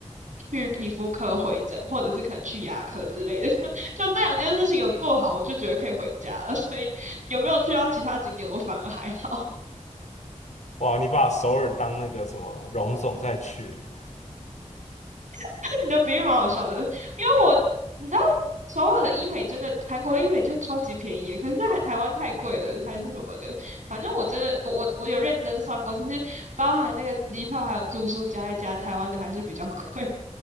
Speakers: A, on the right (about 75°); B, on the left (about 65°).
A: 去皮肤科回诊，或者是可能去牙科之类的，<laughs> 就这两件事情有做好，我就觉得可以回家了。所以有没有去到其他景点，我反而还好。
B: 哇，你把首尔当那个什么荣总再去欸
A: <laughs> 你的比喻蛮好笑的，因为我你知道所有的医美真的，韩国的医美真的超级便宜可是还台湾太贵了，还是什么的。反正我真的，我我我有认真算过，其实包含那个机票还有住宿加一加，台湾的还是比较贵。<laughs>